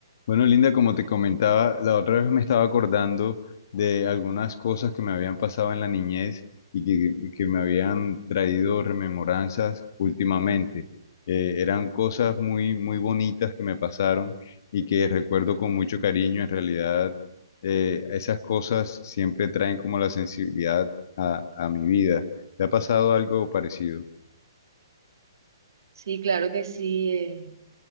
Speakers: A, on the left; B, on the right.
A: Bueno, Linda, como te comentaba, la otra vez me estaba acordando de algunas cosas que me habían pasado en la niñez y que, y que me habían traído rememoranzas últimamente. Eh, eran cosas muy, muy bonitas que me pasaron y que recuerdo con mucho cariño. En realidad, eh, esas cosas siempre traen como la sensibilidad a, a mi vida. ¿Te ha pasado algo parecido?
B: Sí, claro que sí. eh,